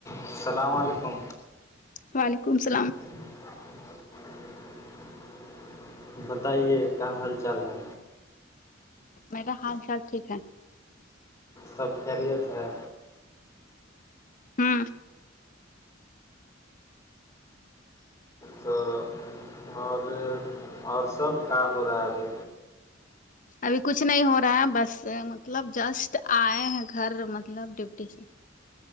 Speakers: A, on the left; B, on the left.
A: السلام علیکم
B: وعلیکم السلام
A: <inaudible> بتائیے کیا حال چال ہے
B: میرا حال چال ٹھیک ہے
A: سب خیریت ہے
B: ہاں
A: تو اور اور سب کام ہو رہا ہے ابھی
B: ابھی کچھ نہیں ہو رہا ہے بس مطلب جسٹ آئے ہیں گھر مطلب ڈیوٹی سے